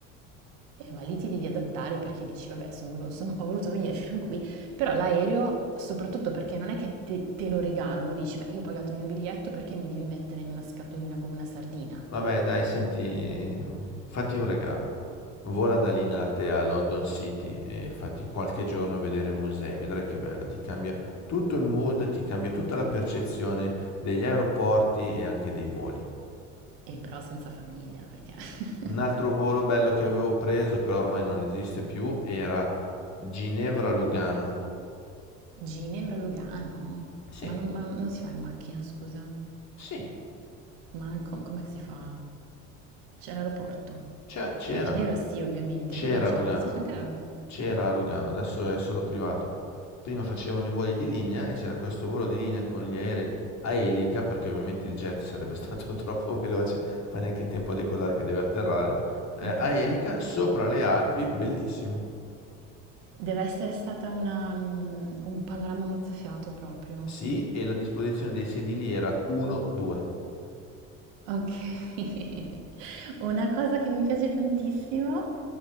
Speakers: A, on the right (about 75°); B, on the left (about 45°).
A: Eh, ma lì ti devi adattare perché dici, vabbè, son venu- son- ho voluto venire fino qui, però l'aereo, soprattutto perché non è che te, te lo regalano, dici, beh, io ho pagato il mio biglietto perché mi devi mettere in una scatolina come una sardina,
B: Vabbè, dai, senti, fatti un regalo. Vola da Linate a London City e fatti qualche giorno vedere musei, vedrai che bello, ti cambia tutto il mood, ti cambia tutta la percezione degli aeroporti e anche dei voli.
A: e però senza famiglia, perché <laughs>
B: Un altro volo bello che avevo preso, però ormai non esiste più, era Ginevra-Lugano.
A: Ginevra, Lugano,
B: Sì,
A: ma non, ma non si fa in macchina, scusa,
B: sì,
A: ma com- com'è che si fa? C'è l'aeroporto?
B: C'è- c'era,
A: Ma a Ginevra sì, ovviamente,
B: c'era
A: a Lugano c'è,
B: a Lugano,
A: sì, c'è anche la Lugano,
B: c'era a Lugano, adesso è solo privato. Prima facevano i voli di linea e c'era questo volo di linea con gli aerei a elica, perché ovviamente il jet sarebbe <laughs> stato troppo veloce, fa neanche in tempo a decollare che deve atterrare, eh,
A: ok.
B: a elica sopra le Alpi, bellissimo.
A: Deve essere stata una, mm, un panorama mozzafiato proprio.
B: Sì, e la disposizione dei sedili era 1-2.
A: Okay. <laughs> Una cosa che mi piace tantissimo,